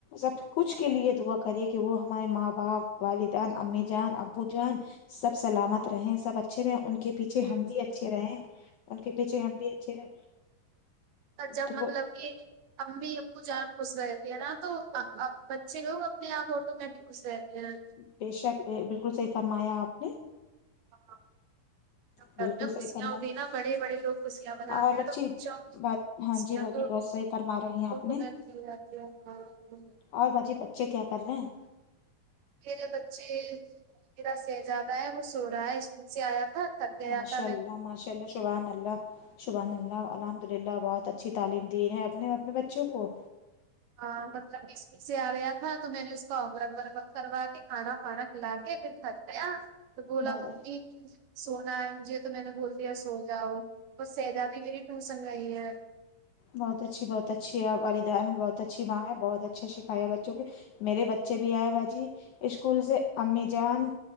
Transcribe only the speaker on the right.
جی
جی
اچھا
مطلب کہ امی ابو جان خوش رہتے ہیں نا تو بچے لوگ اپنے آپ آٹو میںٹ خوش رہتے ہیں
ہاں
گھر میں
خوشیا
ہوتی ہیں نا بڑے بڑے لوگ خوشیاں مناتے
ہیں تو
<unintelligible>
میرے بچے میرا سہزادہ ہے وہ سو رہا ہے اسکول سے آیا تھا تھک گیا
تھا
ہاں مطلب اسکول سے آ گیا تھا تو میں نے اس کو ارگ وورگ کروا دی کھانا پھانا کھلا کے پکھھ گیا تو بولا
ممی سونا ہے مجھے تو میں نے بول دیا سو جاؤ اور سہجادی کا بھی ٹیوسن گئی ہے